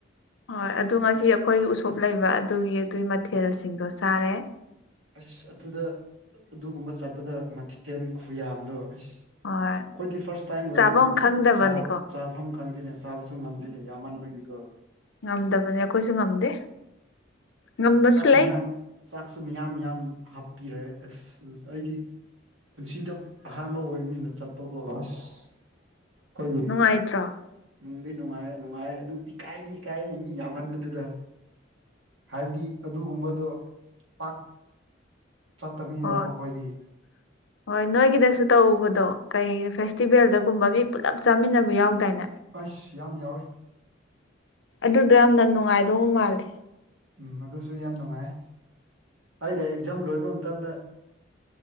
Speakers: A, on the left; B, on the right.
A: ꯍꯣꯏ ꯑꯗꯨ ꯉꯁꯤ ꯑꯩꯈꯣꯏ ꯎꯁꯣꯞ ꯂꯩꯕ ꯑꯗꯨꯒꯤ ꯑꯗꯨꯒꯤ ꯃꯊꯦꯜꯁꯤꯡꯗꯣ ꯆꯥꯔꯦ
B: ꯑꯁ ꯑꯗꯨꯗ ꯑꯗꯨꯒꯨꯝꯕ ꯆꯠꯄꯗ ꯃꯊꯦꯜ ꯈꯨꯌꯥꯝꯗꯣ ꯑꯁ
A: ꯍꯣꯏ
B: ꯈꯣꯏꯗꯤ ꯐꯁ ꯇꯥꯏꯝ ꯑꯣꯏ
A: ꯆꯥꯐꯝ
B: ꯃꯤꯅꯥ
A: ꯈꯪꯗꯕꯅꯤꯀꯣ
B: ꯆꯥꯕ ꯆꯥꯐꯝ ꯈꯪꯗꯦꯅꯦ ꯆꯥꯕꯁꯨ ꯉꯝꯗꯦꯅꯦ ꯌꯥꯝꯃꯜꯕꯒꯤꯀꯣ
A: ꯉꯝꯗꯕꯅꯦ ꯑꯩꯈꯣꯏꯁꯨ ꯉꯝꯗꯦ ꯉꯝꯕꯁꯨ
B: ꯆꯥꯛ
A: ꯂꯩ
B: ꯃꯌꯥꯝ ꯆꯥꯛꯁꯨ ꯃꯌꯥꯝ ꯌꯥꯝ ꯍꯥꯞꯄꯤꯔꯦ ꯑꯁ ꯑꯩꯒꯤ ꯄꯨꯟꯁꯤꯗ ꯑꯍꯥꯟꯕ ꯑꯣꯏꯕꯅꯤꯅ ꯆꯠꯄꯀꯣ ꯑꯁ ꯑꯩꯈꯣꯏꯒꯤ
A: ꯅꯨꯡꯉꯥꯏꯇ꯭ꯔꯣ
B: ꯅꯨꯡꯗꯤ ꯅꯨꯡꯉꯥꯏ ꯅꯨꯡꯉꯥꯏ ꯑꯗꯨ ꯏꯀꯥꯏꯗꯤ ꯏꯀꯥꯏꯅꯦ ꯃꯤ ꯌꯥꯝꯃꯟꯕꯗꯨꯗ ꯍꯥꯏꯕꯗꯤ ꯑꯗꯨꯒꯨꯝꯕꯗꯣ ꯄꯥꯛ ꯆꯠꯇꯕꯅꯤꯅꯀꯣ
A: ꯍꯣꯏ
B: ꯑꯩꯈꯣꯏꯗꯤ
A: <inaudible> ꯍꯣꯏ ꯅꯣꯏꯒꯤꯗꯁꯨ ꯇꯧꯕꯗꯣ ꯀꯩ ꯐꯦꯁꯇꯤꯚꯦꯜꯗꯒꯨꯝꯕ ꯃꯤ ꯄꯨꯜꯂꯞ ꯆꯥꯃꯤꯟꯅꯕ ꯌꯥꯎꯗꯥꯏꯅꯦ
B: ꯑꯁ ꯌꯥꯝ ꯌꯥꯎꯋꯦ
A: ꯑꯗꯨꯗ ꯌꯥꯝꯅ ꯅꯨꯡꯉꯥꯏꯗꯧꯕ ꯃꯥꯜꯂꯦ
B: ꯎꯝ ꯑꯗꯨꯁꯨ ꯌꯥꯝ ꯅꯨꯡꯉꯥꯏ ꯑꯩꯅ ꯑꯦꯛꯖꯥꯝ ꯂꯣꯏꯕ ꯃꯇꯝꯗ